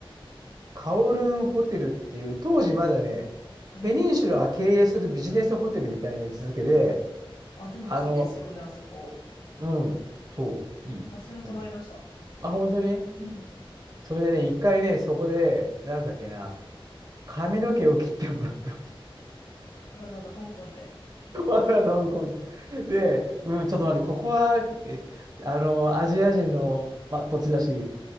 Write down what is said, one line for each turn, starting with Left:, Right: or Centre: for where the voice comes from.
Right: カオルンホテルっていう、当時まだね、
Left: はい。
Right: ペニンシュラが経営するビジネスホテルみたいな位置づけで、
Left: あ、でもいいですよね、
Right: あの、
Left: あそこ。
Right: うん、そう、いい。
Left: 私も泊まりました。
Right: うん。あ、本当に
Left: うん。
Right: それでね、一回ね、そこで、なんだっけな、髪の毛を切ってもらった。
Left: わざわざ香港で。
Right: <laughs> わざわざ香港で。うん、ちょっと待って、ここは、ってあの、アジア人の、まあ、土地だし、